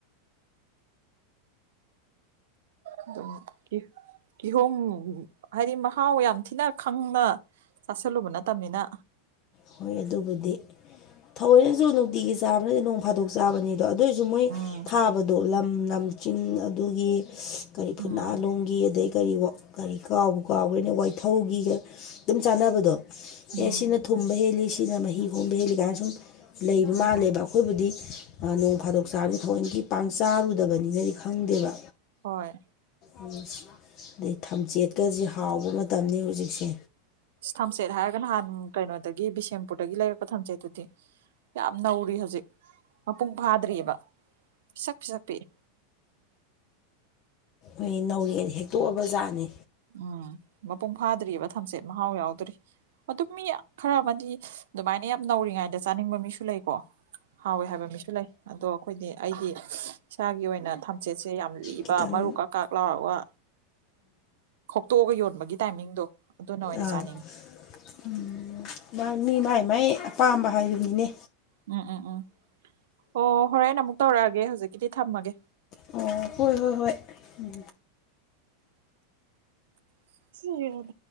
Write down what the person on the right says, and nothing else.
ꯑꯗꯨꯝ ꯀꯤ ꯀꯤꯍꯣꯝ ꯍꯥꯏꯗꯤ ꯃꯍꯥꯎ ꯌꯥꯝ ꯊꯤꯅ ꯈꯪꯅ ꯆꯥꯁꯤꯜꯂꯨꯕ ꯅꯠꯇꯝꯃꯤꯅ꯫
ꯎꯝ
ꯎꯝ
ꯎꯝ
ꯎꯝ
ꯍꯣꯏ꯫
ꯊꯝꯆꯦꯠ ꯍꯥꯏꯔꯒ ꯅꯍꯥꯟ ꯀꯩꯅꯣꯗꯒꯤ ꯕꯤꯁꯦꯝꯄꯨꯔꯗꯒꯤ ꯂꯩꯔꯛꯄ ꯊꯝꯆꯦꯠꯇꯨꯗꯤ ꯌꯥꯝ ꯅꯧꯔꯤ ꯍꯧꯖꯤꯛ ꯃꯄꯨꯡ ꯐꯥꯗ꯭ꯔꯤꯑꯕ ꯄꯤꯁꯛ ꯄꯤꯁꯛ ꯄꯤꯛꯏ꯫
ꯎꯝ ꯃꯄꯨꯡ ꯐꯥꯗ꯭ꯔꯤꯑꯕ ꯊꯝꯆꯦꯠ ꯃꯍꯥꯎ ꯌꯥꯎꯗ꯭ꯔꯤ꯫ ꯑꯗꯨ ꯃꯤ ꯈꯔ ꯑꯃꯗꯤ ꯑꯗꯨꯃꯥꯏꯅ ꯌꯥꯝ ꯅꯧꯔꯤꯉꯩꯗ ꯆꯥꯅꯤꯡꯕ ꯃꯤꯁꯨ ꯂꯩꯀꯣ꯫ ꯍꯥꯎꯋꯦ ꯍꯥꯏꯕ ꯃꯤꯁꯨ ꯂꯩ ꯑꯗꯣ ꯑꯩꯈꯣꯏꯗꯤ ꯑꯩꯗꯤ ꯏꯁꯥꯒꯤ ꯑꯣꯏꯅ ꯊꯝꯆꯦꯠꯁꯦ ꯌꯥꯝ ꯂꯤꯕ
ꯃꯔꯨ ꯀꯥꯛ ꯀꯥꯛ ꯂꯥꯎꯕ ꯇꯣꯛꯑꯒ ꯌꯣꯟꯕꯒꯤ ꯇꯥꯏꯃꯤꯡꯗꯣ꯫ ꯑꯣꯏꯅ
ꯆꯥꯅꯤꯡꯉꯤ
ꯎꯝ ꯎꯝ ꯎꯝ ꯑꯣ ꯍꯣꯔꯦꯟ ꯑꯃꯨꯛ ꯇꯧꯔꯛꯑꯒꯦ ꯍꯧꯖꯛꯀꯤꯗꯤ ꯊꯝꯃꯒꯦ꯫
<unintelligible>